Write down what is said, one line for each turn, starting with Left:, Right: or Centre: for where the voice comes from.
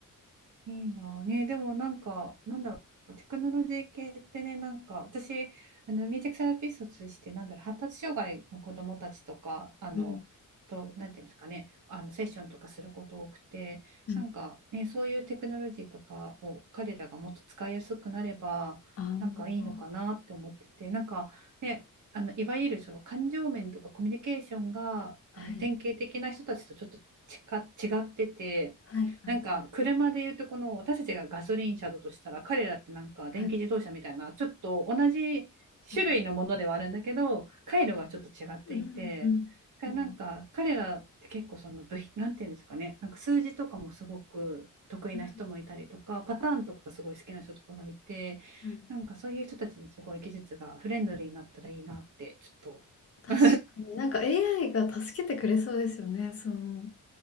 Right: いいなあね、でもなんか、なんだろう、テクノロジー系ってね、なんか、私、あのミュージックセラピストとして、なんだろう、発達障害の子どもたちとか、あの、
Left: うん
Right: と、なんていうんですかね、あのセッションとかすること多くて、
Left: うん。
Right: なんか、ね、そういうテクノロジーとかを彼らがもっと使いやすくなれば、
Left: あ
Right: なんかいいのかなって思ってて、
Left: あ、
Right: なんか、ね、あのいわゆるその感情面とかコミュニケーションがあの典型的な人たちとちょっとちか違ってて。
Left: はい。はいはいはい
Right: なんか車で言うとこの私たちがガソリン車だとしたら彼らってなんか電気自動車みたいなちょっと同じ種類のものではあるんだけど回路がちょっと違っていてだからなんか彼らって結構その部品なんていうんですかねなんか数字とかもすごく得意な人もいたりとかパターンとかがすごい好きな人とかがいて
Left: はい。うん、うん、うん、うん、うん、うん。
Right: なんかそういう人たちにすごい技術がフレンドリーになったらいいなってちょっと
Left: 確かになんか
Right: <laughs>
Left: AI が助けてくれそうですよね。その、